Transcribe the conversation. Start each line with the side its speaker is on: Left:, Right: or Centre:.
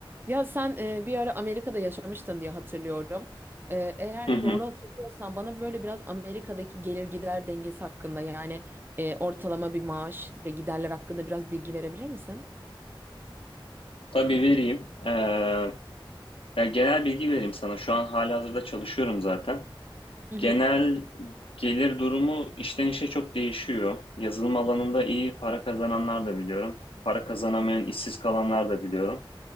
Right: Ya sen e, bir ara Amerika'da yaşamıştın diye hatırlıyorum. E, eğer
Left: Hı hı.
Right: doğru hatırlıyorsan bana böyle biraz Amerika'daki gelir gider dengesi hakkında yani e, ortalama bir maaş ve giderler hakkında biraz bilgi verebilir misin?
Left: Tabii vereyim. Ee, ya genel bilgi vereyim sana. Şu an halihazırda çalışıyorum zaten.
Right: Hı
Left: Genel
Right: hı.
Left: gelir durumu işten işe çok değişiyor. Yazılım alanında iyi para kazananlar da biliyorum. Para kazanamayan, işsiz kalanlar da biliyorum.